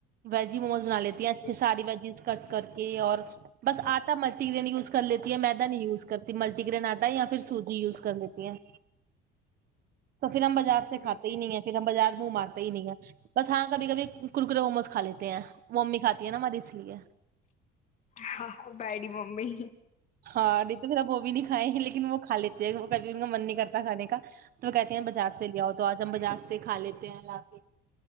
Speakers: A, on the right (about 45°); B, on the left (about 35°).
A: ویج ی مموز بنا لیتی ہیں اچھے
B: جی
A: ساری وجیز کٹ کر کے اور ہ <unintelligible> بس آتا متی دنےی اس کو کر لیتی ہے م میںیدہ نہیں یز کر ملٹی گرین آتا ہے یا پھر سوجی یوز کر دیتی ہیں پھر ہم بازار سے
B: جی
A: کاتے
B: جی
A: ہی نہیں ہے پھر ہم بازار منہ مارتا ہی نہیں ہے بس ہاں کبھی کبھی ککرے موموز کھا لیتے ہیں وہ ممی کھاتی ہیں نا ہماری اس لیے
B: ہاں بیڈی ممی
A: ہاں د تو پھر آپو بھی نہیں کھائے لیکن وہ کھا لیتی ہیں کبھی ان کا من نہیں کرتا کھانے کا تو وہ کہتی ہیں بازار سے لے آؤ تو آج ہم بازار سے کھ لیتے ہیں کے